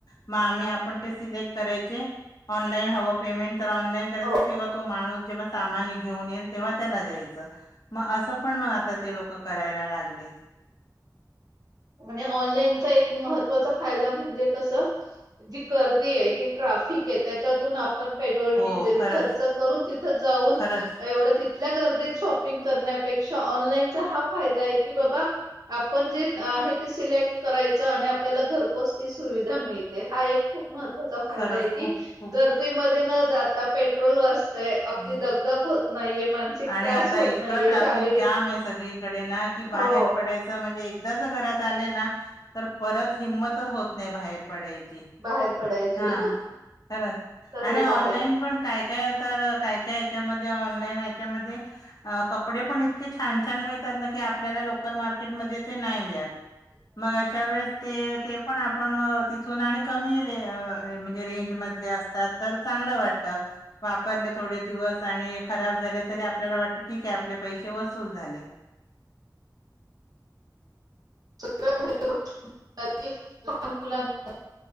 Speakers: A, on the left; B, on the right.
A: मग आम्ही आपण ते सिलेक्ट करायचे. ऑनलाईन हवं पेमेंट तर ऑनलाईन करायच
B: हो
A: किंवा तो माणूस जेव्हा सामान घेऊन येईल. तेव्हा त्याला द्यायचं मग असं पण आता ते लोक करायला लागले. <unintelligible>
B: आणि ऑनलाईनचा एक महत्त्वाचा फायदा म्हणजे कस? जी गर्दी आहे. ही ट्राफिक फीक ये त्याच्यातुन पेट्रोल
A: हो
B: डिझेल
A: खरंच
B: खर्चून तेथ जावून
A: खरंच
B: आपल्या गर्दीत शॉपिंग करण्यापेक्षा ऑनलाईनचा हा फायदा आहे, की बाबा आपण जे आहे. ते सिलेक्ट करायचं आणि आपल्याला घरपोच ती सुविधा मिळते. हा एक खूप महत्त्वाचा फायदा
A: खरंच
B: आहे
A: खूप
B: की
A: खूप
B: गर्दीमध्ये न जाता पेट्रोल वाच ते आपली
A: हं,
B: दगदग होत नाहीये. मानसिक
A: आणि
B: त्रास
A: आता
B: होत
A: इतका
B: नाहीये.
A: ट्राफिक
B: शारीरिक
A: जाम आहे सगळीकडे ना की
B: हो
A: बाहेर पडायच म्हणजे एकदा ज घरात आले ना तर परत हिंमतच होत नाही, बाहेर पडायची...
B: बाहेर पडायचे
A: हा खर
B: तसच आहे
A: ऑनलाईन पण काय काय? काय कायच्या ऑनलानच्या कपडे पण इतके छान छान मिळतात. ना आपल्याला लोकल मार्केट मध्ये नाही मिळत. मग अशा वेळेस ते ते पण आपण तिथून आणि कमी र म्हणजे रेंज मधले असतात. तर चांग वाट वाटत थोडे दिवस आणि खराब झाले. तरी आपल्याला वाटत ठीके आपले पैसे वसूल झाले. <unintelligible>
B: सगळ्याच गोष्टीत लहान मुलांना